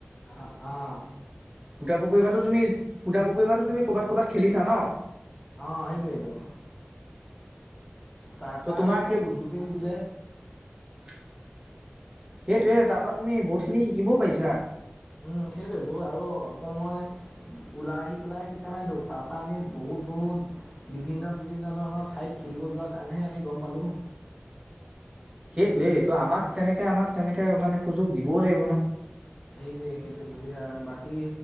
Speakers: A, on the left; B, on the right.
A: অ', অ'।
B: পুখুৰিপাটো তুমি পোটা পোখুৰিপাটো তুমি ক'বাত ক'বাত খেলিছা ন?
A: অ' সেইটোয়েইটো, তাৰ
B: ত'
A: পৰা
B: তোমাৰ
A: আৰু একো সুযোগে নিদিলে।
B: সেইটোৱে, তাৰ পৰা তুমি বহুত খিনি শিকিবও পাৰিছা।
A: উম, সেইটোৱেতো, আৰু অকল মই ওলাই আহি পেলাই শিকা নাই তো, তাৰপা আমি বহুত বহুত বিভিন্ন বিভিন্ন ধৰণৰ ঠাইত খেলিব যোৱাৰ কাৰণেহে আমি গ'ম পালোঁ।
B: সেইটোয়ে, তো আমাক তেনেকে আমাক তেনেকে মানে সুযোগ দিবওঁ লাগিব ন।
A: সেইটোয়ে সেইটো নিদিলে আৰু। বাকী